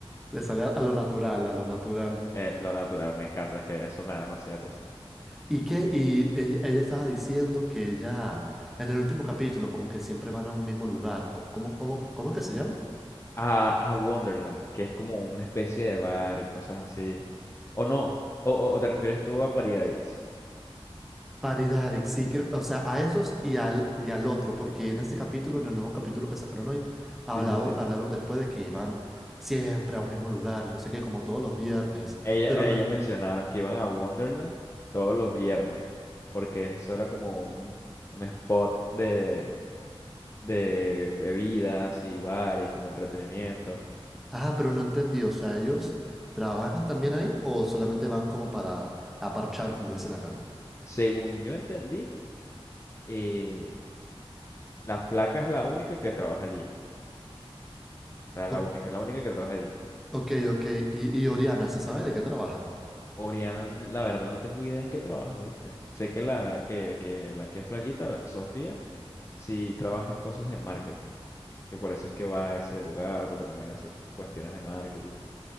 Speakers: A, in the centre; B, on the left.
A: Le sale a, a lo natural, a lo natural.
B: eh, lo natural, me encanta, es que eso me da demasiada risa.
A: ¿Y qué? Y ella, ella estaba diciendo que ya en el último capítulo, como que siempre van a un mismo lugar. Co- ¿Cómo, cómo, cómo es que se llama?
B: a, a Wonderland, que es como una especie de bar y cosas así. O no, o, o- o te refieres tú a Pariadix.
A: Paridaric, sí, creo- o sea, a esos y al, y al otro, porque en este capítulo, en el nuevo capítulo que sacaron hoy, hablado-
B: Sí, sí, sí.
A: hablaron después de que iban siempre a un mismo lugar y no sé qué, como todos los viernes,
B: Ella-
A: pero no,
B: ellas mencionaron que iban a Wonderland todos los viernes, porque eso era como un, un spot de, de bebidas y bar y como entretenimiento.
A: Ah, pero no entendí, o sea, ¿ellos trabajan también ahí o solamente van como para aparchar, como dicen acá?
B: Según yo entendí, eh, la flaca es la única que trabaja allí. O sea, la
A: O-
B: única, la única que trabaja allí.
A: ok, ok, y, y Oriana, ¿se sabe de qué trabaja?
B: Oriana, n- la verdad no tengo idea en qué trabajo, ¿viste? Sé que la que, que la que es flaquita, la- Sofía, sí trabaja en cosas de marketing, que por eso es que va a ese lugar, porque también le hace cuestiones de marketing.